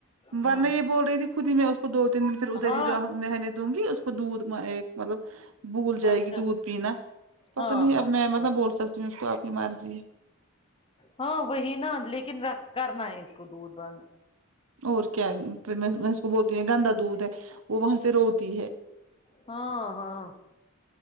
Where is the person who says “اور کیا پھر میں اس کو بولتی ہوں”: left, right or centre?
Right